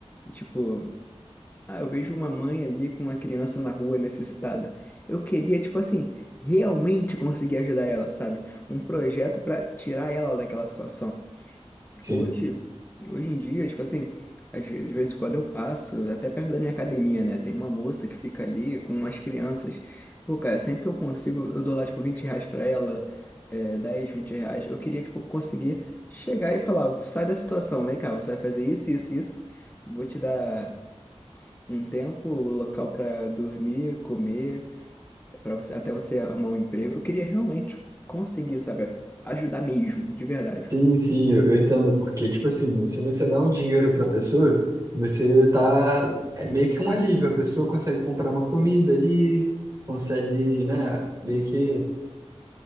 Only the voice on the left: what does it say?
Tipo, ah, eu vejo uma mãe ali com uma criança na rua necessitada. Eu queria, tipo assim, realmente conseguir ajudar ela, sabe? Um projeto pra tirar ela daquela situação.
Hoje, hoje em dia, tipo assim, às vezes, de vez em quando eu passo, até perto da minha academia, né? Tem uma moça que fica ali com umas crianças. Pô, cara, sempre que eu consigo, eu dou lá, tipo, 20 reais pra ela, é, 10, 20 reais. Eu queria, tipo, conseguir chegar e falar, sai da situação, vem cá, você vai fazer isso, isso, isso. Vou te dar um tempo, o local pra dormir, comer, para você, até você arrumar um emprego. Eu queria realmente conseguir, sabe, ajudar mesmo, de verdade.